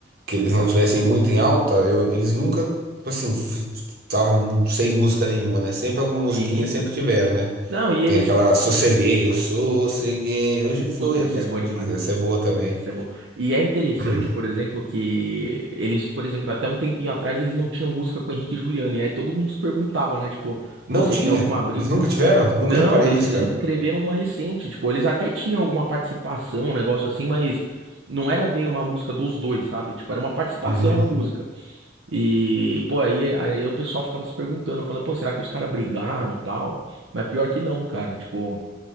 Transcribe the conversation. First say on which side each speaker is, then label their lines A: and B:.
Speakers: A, on the right (about 55°); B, on the right (about 80°).
A: Que eles não tivessem muito em alta, eu- eles nunca, tipo assim, f- estavam sem música nenhuma, né? Sempre alguma musiquinha
B: Sim.
A: eles sempre tiveram, né?
B: Não, e eles.
A: Tem aquela Sosseguei,
B: é,
A: eu sosseguei, hoje foi
B: Putz, essa
A: a despedida.
B: é boa demais também.
A: Essa é boa também.
B: Essa é boa. E é interessante,
A: <clears throat>
B: por exemplo, que eles, por exemplo, até um tempinho atrás eles não tinham música com Henrique e Juliano. E aí todo mundo se perguntava, né? Tipo,
A: Não
B: pô, vocês
A: tinha?
B: têm alguma briga?
A: Eles nunca tiveram? Nunca
B: Não,
A: reparei
B: eles,
A: nisso,
B: eles
A: cara.
B: escreveram uma recente. Tipo, eles até tinham alguma participação, um negócio assim, mas não era bem uma música dos dois, sabe? Tipo, era uma participação
A: Uhum.
B: na música. E, pô, aí, aí o pessoal ficava se perguntando, falando, pô, será que os caras brigaram, e tal? Mas pior que não, cara. Tipo.